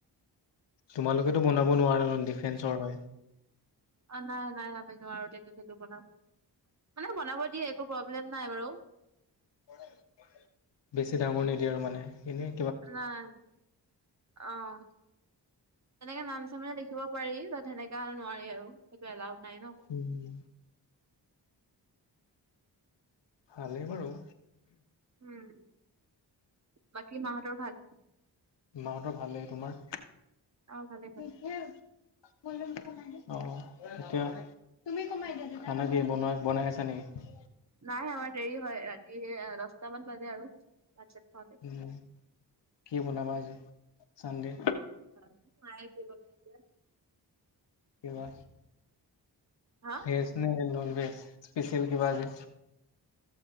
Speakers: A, on the left; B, on the right.
A: তোমালোকেটো বনাব নোৱাৰা ডিফেণ্ডচৰৰ হয়।
B: অ নাই নাই আমি নোৱাৰোঁ টেটু চেতু বনাব মানে বনাব দিয়ে একো প্ৰব্লেম নাই বাৰু।
A: কৰে বেছি ডাঙৰ নিদিয়ে আৰু মানে এনে।
B: নাই অ'। তেনেকে নাম চাম মানে লিখিব পাৰি বাত সেনেকা আৰু নোৱাৰি আৰু সেইটো এলাউ নাই ন।
A: উম ভালেই বাৰু।
B: উম বাকী মাহঁতৰ ভাল।
A: মাহঁতৰ ভালেই তোমাৰ
B: অ ভালে
A: <unintelligible>
B: ভালে
A: অ ঠিকে খানা কি বনাই বনাই আছা নেকি।
B: নাই আমাৰ দেৰি হয়, ৰাতি সেয়া দচটামান বাজে আৰু ভাত চাত খাওঁতে।
A: উম কি বনাবা আজি চানডে।
B: শৰাই দিব এতিয়া।
A: কিবা
B: হা
A: ভেজ নে নন ভেজ স্পেচিয়েল কিবা আজি।